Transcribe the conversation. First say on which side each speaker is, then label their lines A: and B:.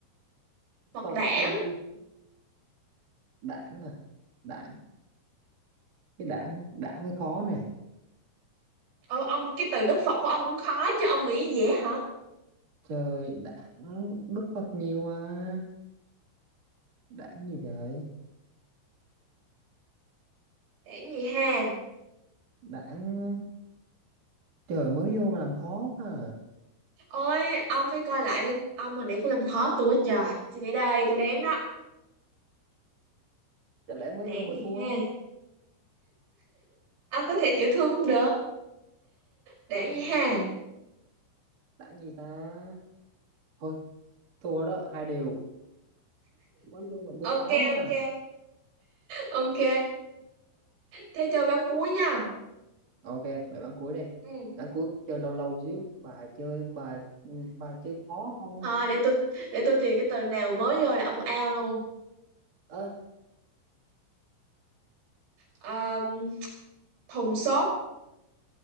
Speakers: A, on the right (about 70°); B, on the right (about 35°).
A: Phật
B: Phật
A: đản
B: bao nhiêu đảng à đảng cái đảng đảng mới khó nè
A: Ôi ông cái từ Đức Phật của ông cũng khó chứ ông nghĩ dễ hả
B: trời đảng Đức Phật nhiều mà đảng gì trời
A: đản gì ha
B: đảng trời mới vô mà làm khó mà
A: ôi ông phải coi lại đi ông hồi nãy cũng làm khó tôi quá trời suy nghĩ đây tôi đếm đó
B: chả lẽ mới
A: đản
B: vô mà
A: gì
B: thua
A: ha ông có thể chịu thương cũng được đản
B: Ừ,
A: gì ha
B: Đảng gì ta? Thôi, thua đó, hai đều. Mới vô mình chơi khó
A: ok
B: quá.
A: ok
B: à.
A: ok thế chơi bán cuối nha
B: Ok, bài bán cuối đi.
A: ừ
B: Bán cuối chơi lâu lâu xíu. Bà chơi, bà bà chơi khó không?
A: thôi để tôi để tôi tìm cái từ nào mới vô là ông ao luôn
B: Ơ,
A: Ờ, thùng xốp